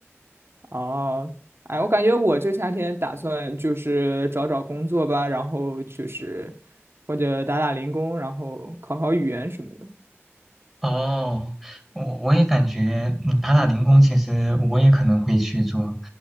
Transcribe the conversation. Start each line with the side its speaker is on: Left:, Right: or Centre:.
Right: 哦，哎，我感觉我这个夏天打算就是找找工作吧，然后就是或者打打零工，然后考考语言什么的。
Centre: 哦，我我也感觉，嗯，打打零工其实我也可能会去做。